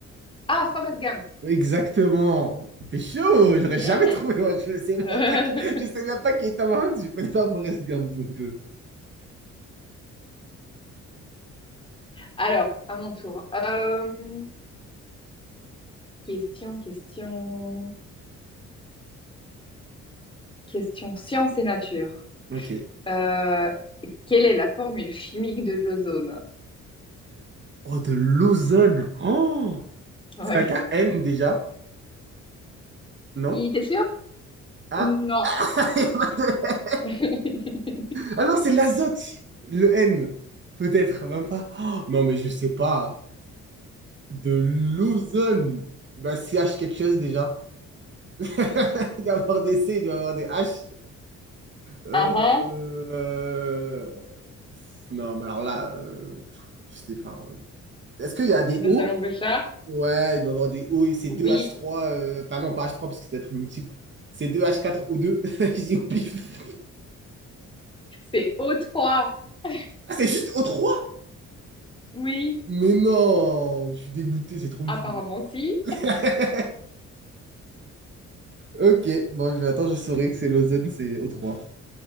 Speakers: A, on the left; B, on the right.
A: Ah, Forrest Gump.
B: Exactement. T'es chaud,
A: Yes.
B: j'aurais jamais trouvé. Moi. Je sais même
A: <laughs>
B: pas qui, je sais même pas qui est Tom Hanks, je connais pas Forrest Gump. Donc, euh,
A: Alors, à mon tour. Euh, question, question, question science et nature.
B: Ok.
A: Euh, quelle est la formule chimique de l'ozone?
B: Oh, de l'ozone. Oh,
A: Oui.
B: c'est avec un N déjà, non?
A: T'es sûr?
B: Ah,
A: Non.
B: <laughs> il y a pas de-
A: <laughs>
B: ah non, c'est l'azote, le N. Peut-être, même pas. Oh, non, mais je sais pas. De l'ozone. Bah, C H quelque chose déjà. <laughs> Il doit avoir des C, il doit avoir des H. Euh,
A: Ah ah,
B: euh, Non, mais alors là, euh, je sais pas. hein. Est-ce qu'il y a des
A: tu donnes
B: O?
A: ta langue au chat?
B: Ouais, il doit avoir des O et c'est
A: Oui.
B: deux h trois. euh, Enfin, non, pas h trois, parce que c'est être une multiple. C'est deux h quatre o deux. <laughs> Je dis au pif.
A: C'est o trois. <laughs>
B: Ah, c'est juste o trois
A: Oui.
B: Mais non, je suis dégoûté, c'est trop
A: Apparemment,
B: dur. <laughs>
A: si.
B: Ok, bon, je vais attendre, je saurai que c'est l'ozone, c'est o trois.